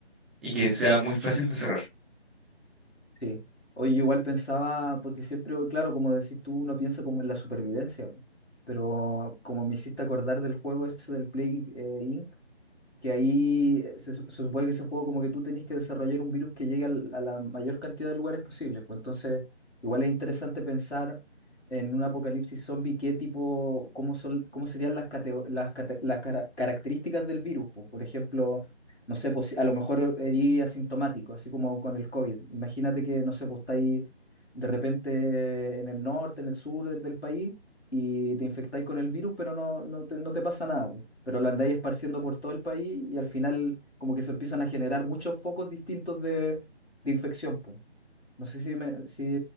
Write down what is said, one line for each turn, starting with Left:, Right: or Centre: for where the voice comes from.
Centre: y que sea muy fácil de cerrar.
Left: Sí. Oye, igual pensaba, porque siempre, claro, como decís tú, uno piensa como en la supervivencia, po. pero como me hiciste acordar del juego ese del Play eh, Inc., que ahí eh, se, su- se supone que ese juego como que tú tenés que desarrollar un virus que llegue al- a la mayor cantidad de lugares posibles. Pues entonces, igual es interesante pensar en un apocalipsis zombie, qué tipo, cómo son, cómo serían las, catego- las, cate- las cara- características del virus. pues. Por ejemplo, no sé, pues, si- a lo mejor eres asintomático, así como con el COVID. Imagínate que, no sé, pues está ahí de repente en el norte, en el sur del país y te infectáis con el virus, pero no, no te, no te pasa nada, po. Pero lo andáis esparciendo por todo el país y al final como que se empiezan a generar muchos focos distintos de, de infección, po. No sé si, me, si